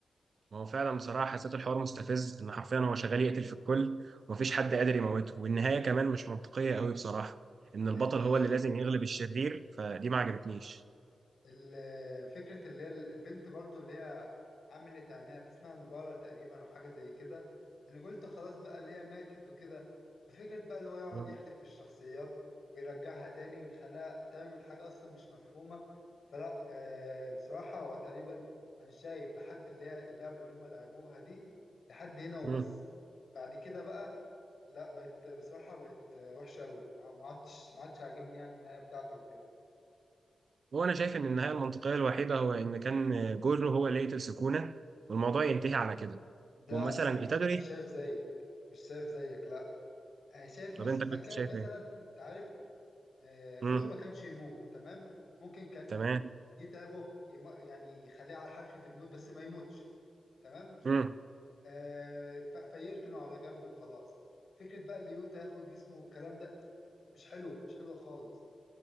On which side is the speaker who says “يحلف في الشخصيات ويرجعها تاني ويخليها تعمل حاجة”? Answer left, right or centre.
Left